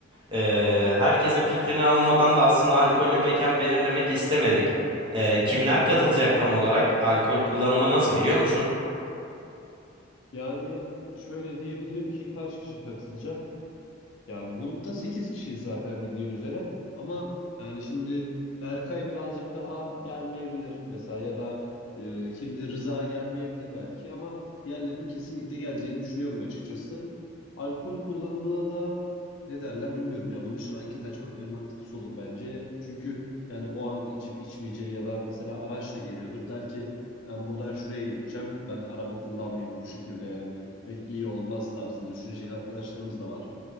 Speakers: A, on the right; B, on the left.
A: Ee, herkesin fikrini almadan da aslında alkollü mekan belirlemek istemedik. Ee, kimler katılacak tam olarak? Alkol kullanımı nasıl biliyor musun?
B: Yani şöyle diyebilirim ki kaç kişi katılacak? Ya grupta 8 kişiyiz zaten bildiğin üzere. Ama yani şimdi Berkay birazcık daha gelmeyebilir mesela ya da e, kimdi Rıza gelmeyebilir belki ama diğerlerinin kesinlikle geleceğini düşünüyorum açıkçası. Alkol kullanımına da ne derler bilmiyorum ya. Bunun için anket açmak en mantıklısı olur bence. Çünkü yani o an içip içmeyeceği ya da mesela araçla geliyordur. Der ki ben buradan şuraya geçeceğim. Ben araba kullanmayayım bu şekilde yani. Pek iyi olmaz tarzında düşünecek arkadaşlarımız da var.